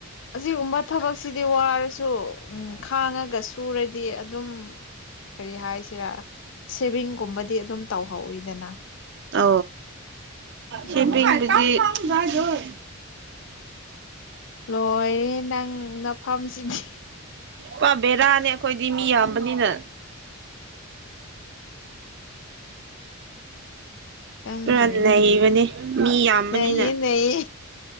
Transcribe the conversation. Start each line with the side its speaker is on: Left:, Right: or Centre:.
Left: ꯑꯁꯤꯒꯨꯝꯕ ꯊꯕꯛꯁꯤꯗꯤ ꯋꯥꯔꯁꯨ ꯎꯝ ꯈꯥꯡꯉꯒ ꯁꯨꯔꯗꯤ ꯑꯗꯨꯝ ꯀꯔꯤ ꯍꯥꯏꯁꯤꯔꯥ ꯁꯦꯚꯤꯡꯒꯨꯝꯕꯗꯤ ꯑꯗꯨꯝ ꯇꯧꯍꯧꯋꯤꯗꯅ
Right: ꯑ ꯁꯤꯝꯕꯤꯤꯡ
Left: ꯑꯗꯨꯅꯦ
Right: ꯑꯗꯨꯗꯤ ꯗꯣꯏ
Left: ꯂꯣꯏꯔꯦ ꯅꯪ ꯅꯐꯝꯁꯤꯗꯤ
Right: ꯄꯥꯝꯝꯕꯔꯥꯅꯦ ꯑꯩꯈꯣꯏꯗꯤ ꯃꯤ ꯌꯥꯝ ꯑꯃꯅꯤꯅꯤꯅ
Left: ꯀꯗ
Right: ꯄꯨꯔꯥ ꯅꯩꯕꯅꯤ ꯃꯤ ꯌꯥꯝꯕꯅꯤꯅ
Left: ꯅꯌꯦ ꯅꯌꯦ